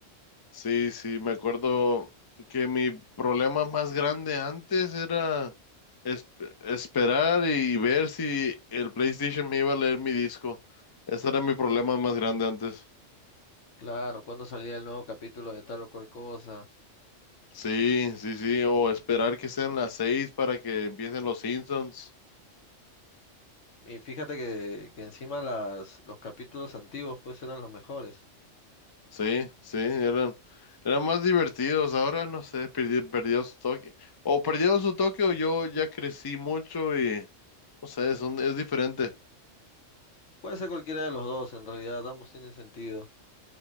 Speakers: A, on the left; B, on the left.
A: Sí, sí, me acuerdo que mi problema más grande antes era es- esperar y ver si el PlayStation me iba a leer mi disco. Ese era mi problema más grande antes.
B: Claro, cuando salía el nuevo capítulo de tal o cual cosa?
A: Sí, sí, sí, o esperar que sean las seis para que empiecen los Simpsons.
B: Y fíjate que, que encima las, los capítulos antiguos pues eran los mejores.
A: Sí, sí, eran, eran más divertidos. Ahora no sé, perdi- perdió su toque. O perdieron su toque o yo ya crecí mucho y no sé, son, es diferente.
B: Puede ser cualquiera de los dos, en realidad ambos tienen sentido.